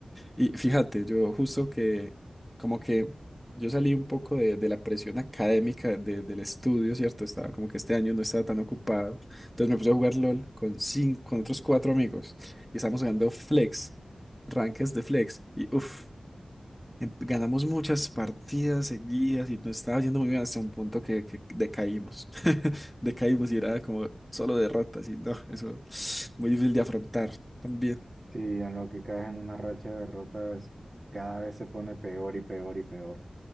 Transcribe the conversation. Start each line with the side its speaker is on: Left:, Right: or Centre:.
Centre: Y fíjate, yo justo que como que yo salí un poco de, de la presión académica de- del estudio, ¿cierto? Estaba como que este año no estaba tan ocupado. Entonces me puse a jugar LOL con cinco, con otros cuatro amigos y estábamos jugando Flex, ranques de Flex. Y uff, ganamos muchas partidas seguidas y nos estaba yendo muy bien hasta un punto que, que decaímos. <laughs> Decaímos y era como solo derrotas y no, eso <sniffs> muy difícil de afrontar también.
Right: Sí, en lo que caes en una racha de derrotas, cada vez se pone peor y peor y peor.